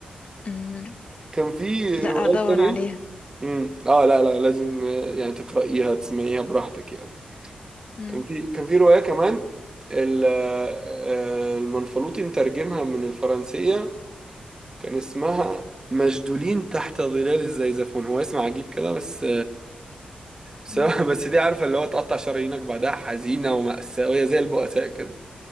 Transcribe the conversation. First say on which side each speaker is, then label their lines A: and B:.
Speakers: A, on the left (about 45°); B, on the right (about 25°).
A: مم.
B: كان في
A: لا
B: روايات
A: هدور
B: تانية
A: عليها
B: امم اه لا لا لازم آه، يعني تقرأيها تسمعيها براحتك يعني
A: مم.
B: كان في كان في رواية كمان ال- آه، المنفلوطي مترجمها من الفرنسية كان اسمها مشدولين تحت ظلال الزيزفون هو اسم عجيب كده بس بس
A: مم.
B: <laughs> بس دي عارفة اللي هو تقطع شرايينك بعدها حزينة ومأساوية زي البؤساء كده